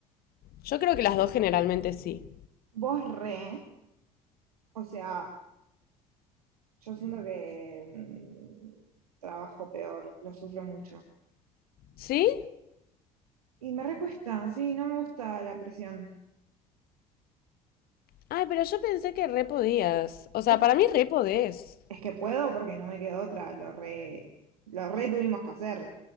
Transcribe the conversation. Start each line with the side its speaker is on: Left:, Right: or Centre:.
Left: Yo creo que las dos generalmente sí.
Right: Vos re, o sea, yo siento que mm, trabajo peor, lo sufro mucho.
Left: ¿Sí?
Right: Y me recuesta, sí, no me gusta la presión.
Left: Ay, pero yo pensé que re podías. O sea,
Right: O sea,
Left: para mí re podés.
Right: es que puedo porque no me quedó otra, lo re, lo re tuvimos que hacer